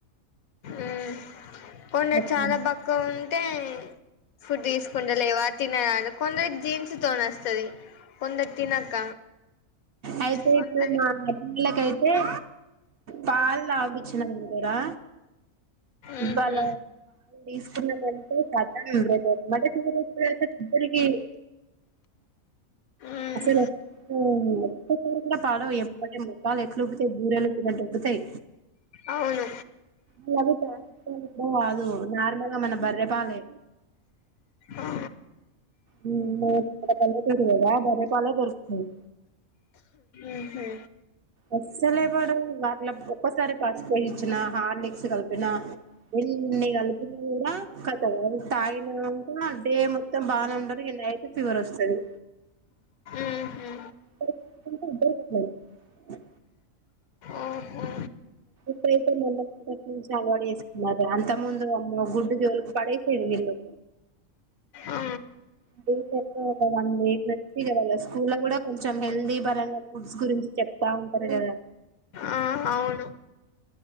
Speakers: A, on the left; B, on the right.
A: ఆ కొందర్
B: ఏముంది
A: చాలా బక్కా ఉంటే ఫుడ్ తీసుకుంట లేవా తిన్నగాని కొందరికి జీన్స్ తోని వస్తది కొందరు తినక
B: అయితే
A: కొందరి
B: ఇప్పుడు మా అన్నల కైతే ఎ పాలు తాగుపిచ్చిన మను కోరా
A: ఉహు
B: ఇవాళ పాలు తీసుకున్నామంటే కతం రేపు ఎంబటే ఫీవర్ అసలు ఉరికి
A: ఉమ్
B: అసలు ఒక ఒక్కసారి కూడా పడవు ఎంబాటే మొఖాలు ఎట్ల ఉబ్బుతాయి బూరెలు ఉబ్బిన్నట్ ఉబ్బుతాయి
A: అవును
B: ఇలావి తయారు చేసినవి కూడా కాదు నార్మల్గా మన బర్రెపాలే
A: ఆ,
B: ఉ మన కిక్కడ పల్లెటూరు కదా బర్రె పాలే దొరుకుతాయి
A: ఉహు
B: అస్సలే పడవు వాట్ల ఒక్కసారి పసుపోయి ఇచ్చిన హార్నిక్స్ కలిపిన ఎన్ని కలిపినా కూడా కథం అవి తాగినంక డే మొత్తం బానే ఉండారు నైట్ ఫీవర్ వస్తుది
A: ఉహు
B: <unintelligible> ఇద్దరికి అట్లే అయితది
A: ఓహో
B: ట్ అయితే మొన్నటి నుంచి అలవాటు చేసుకున్నార అంత ముందు అమ్మ గుడ్డు జోలుకి పడేసేది వీళ్ళు
A: ఆ
B: రీసెట్ గా ఒక వన్ వీక్ నుంచి స్కూల్ కూడా కొంచెం హెల్దీ పరగా ఫుడ్స్ గురించి చెప్తా ఉంటారు కదా.
A: ఆ అవును